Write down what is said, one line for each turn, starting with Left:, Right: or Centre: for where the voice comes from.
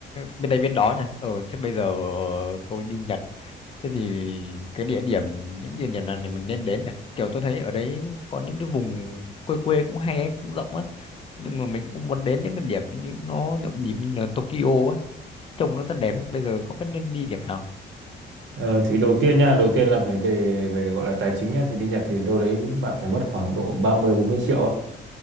Left: bên đây bên đó nha. Ờ thế bây giờ tôi đi Nhật. Thế thì cái địa điểm những địa điểm nào thì mình nên đến nhỉ? Kiểu tôi thấy ở đấy có những cái vùng quê quê cũng hay ấy, cũng rộng ấy. Nhưng mà mình cũng muốn đến những cái điểm như nó nhộn nhịp như là Tokyo ấy, trông nó rất đẹp ấy. Bây giờ không biết nên đi điểm nào.
Right: Ờ, thì đầu tiên nha, đầu tiên là phải về về gọi là tài chính nhá thì đi Nhật thì đâu đấy bạn phải mất khoảng độ ba mươi bốn mươi triệu ạ.